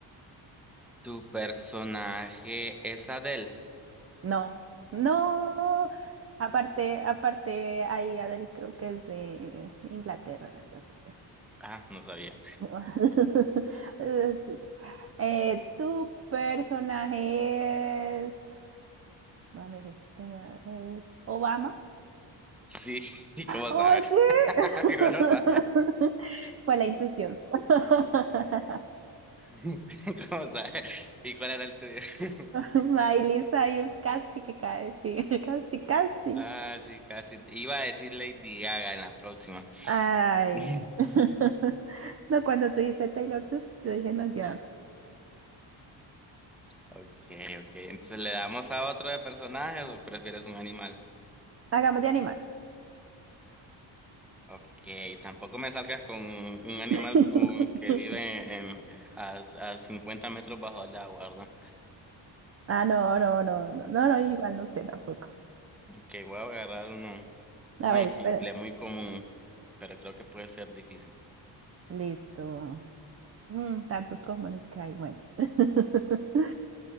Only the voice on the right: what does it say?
No, no. Aparte, aparte, ahí Adele creo que es de Inglaterra, algo así.
<laughs> Sí. Eh, tu personaje es, ah, me dijiste que tenía- es Obama.
Oye,
<laughs>
fue la intuición. <laughs>
Miley Cyrus casi que cae, sí, <laughs> casi, casi.
Ay,
<laughs> no, cuando tú dices Taylor Swift, yo dije, no, ya,
hagamos de animal.
<laughs>
Ah, no, no, no, no, no, no, igual no sé tampoco.
A
ver, espera.
Listo. Mm, tantos comunes que hay, bueno. <laughs>